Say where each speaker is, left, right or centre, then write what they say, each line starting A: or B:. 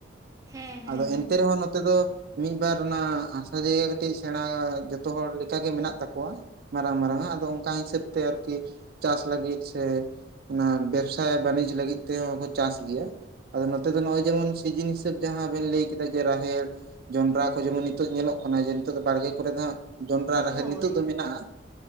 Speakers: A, on the right (about 20°); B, on the right (about 55°).
A: ᱦᱮᱸ ᱦᱮᱸ
B: ᱟᱫᱚ
A: ᱦᱮᱸ
B: ᱮᱱᱛᱮ ᱨᱮᱦᱚᱸ ᱱᱚᱛᱮ ᱫᱚ ᱢᱤᱫ ᱵᱟᱨ ᱚᱱᱟ ᱦᱟᱥᱟ ᱡᱟᱭᱜᱟ ᱠᱟᱹᱴᱤᱡ ᱥᱮᱬᱟ ᱡᱚᱛᱚ ᱦᱚᱲ ᱞᱮᱠᱟ ᱜᱮ ᱢᱮᱱᱟᱜ ᱛᱟᱠᱚᱣᱟ, ᱢᱟᱨᱟᱝ ᱢᱟᱨᱟᱝᱟᱜ ᱟᱫᱚ ᱚᱝᱠᱟ ᱦᱤᱥᱟᱹᱵ ᱛᱮ ᱟᱨᱠᱤ ᱪᱟᱥ ᱞᱟᱹᱜᱤᱫ ᱜᱤᱫ ᱥᱮ, ᱚᱱᱟ ᱵᱮᱵᱽᱥᱟ ᱵᱟᱹᱱᱤᱡᱽ ᱞᱟᱹᱜᱤᱫ ᱛᱮᱦᱚᱸ ᱠᱚ ᱪᱟᱥ ᱜᱮᱭᱟ᱾ ᱟᱫᱚ ᱱᱚᱛᱮ ᱫᱚ ᱱᱚᱜᱼᱚᱭ ᱡᱮᱢᱚᱱ ᱥᱤᱡᱤᱱ ᱦᱤᱥᱟᱹᱵ, ᱡᱟᱦᱟᱸ ᱵᱮᱱ ᱞᱟᱹᱭ ᱠᱮᱫᱟ ᱡᱮ ᱨᱟᱦᱮᱲ, ᱡᱚᱱᱰᱨᱟ ᱠᱚ ᱡᱮᱢᱚᱱ ᱱᱤᱛᱚᱜ ᱧᱮᱞᱚᱜ ᱠᱟᱱᱟ ᱡᱮ ᱱᱤᱛᱚᱜ ᱫᱚ ᱵᱟᱲᱜᱮ ᱠᱚᱨᱮ ᱫᱚ ᱦᱟᱸᱜ ᱡᱚᱱᱰᱨᱟ, ᱨᱟᱦᱮᱲ
A: ᱦᱳᱭ
B: ᱱᱤᱛᱚᱜ ᱫᱚ ᱢᱮᱱᱟᱜᱼᱟ,